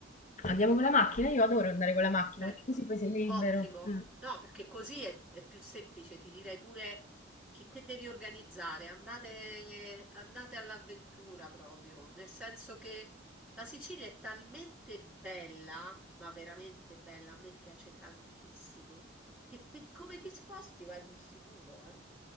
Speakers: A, on the left; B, in the centre.
A: Andiamo con la macchina,
B: Perché?
A: io adoro andare con la macchina
B: Perfetto,
A: perché così poi sei libero.
B: ottimo.
A: Mm.
B: No, perché così è, è più semplice, ti direi pure che, che devi organizzare, andate, andate all'avventura proprio, nel senso che la Sicilia è talmente bella, ma veramente bella, a me piace tantissimo, che, che come ti sposti vai sul sicuro, eh.